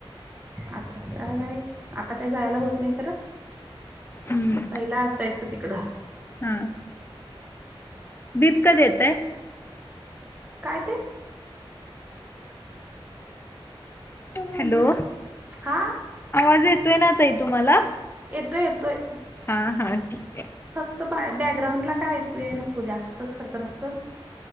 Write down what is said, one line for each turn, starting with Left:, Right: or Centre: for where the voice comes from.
Right: आता काय नाही आता काय जायला होत नाही खरं
Left: हम्म
Right: पहिला असायचो तिकडं
Left: हा बीप.. का देताय?
Right: काय ते
Left: हॅलो
Right: हा
Left: आवाज येत येतोय ना ताई तुम्हांला
Right: येतोय -येतोय
Left: हा -हा ठीक आहे
Right: फक्त बा- बॅकग्राउंड ला काय ऐकूया नको जास्त खरखर असं